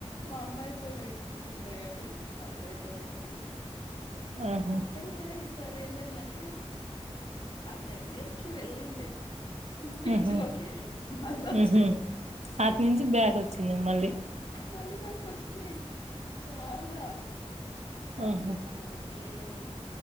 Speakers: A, on the left (about 45°); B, on the right (about 80°).
A: మామయతో లేకుంటుమ్డే గానీ అత్తయతో ఉన్నది
B: ఆహా
A: అత్తయ్య ఈసారి ఏమైందంటే ఆ దగ్గరికి వెళ్ళింది పీచ్
B: ఉహు
A: లోకి మళ్లొచ్చింది
B: ఉహు అటు నుంచి బ్యాక్ వచ్చింది మళ్ళీ
A: మళ్ళీ బ్యాక్ వచ్చింది చాలా డాక్టర్స్
B: ఆహా
A: ఓ పీ యలేరు